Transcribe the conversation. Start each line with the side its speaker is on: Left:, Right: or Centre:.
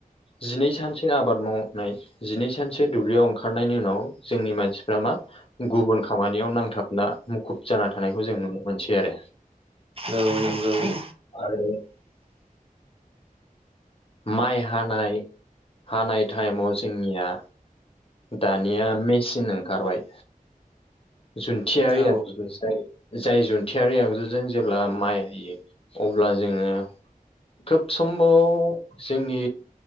Left: जिनै सानसो आबाद माव जिनै सानसो दुब्लियाव ओंखारनायनि उनाव जोंनि मानसिफ्रा मा गुबुन खामानियाव नांथाबना मुखुब जाना थानायखौ जों नुनो मोनसै आरो
Right: औ नोंगौ <inaudible>
Left: आरो माइ हानाय हानाय टाइमाव जोंनिया दानिया मेसिन ओंखारबाय जुन्थियारि
Right: औ
Left: आगजु जाय जाय जुनथियारि आगजुजों जेब्ला माइ हायो अब्ला जोङो खोब समबाव जोंनि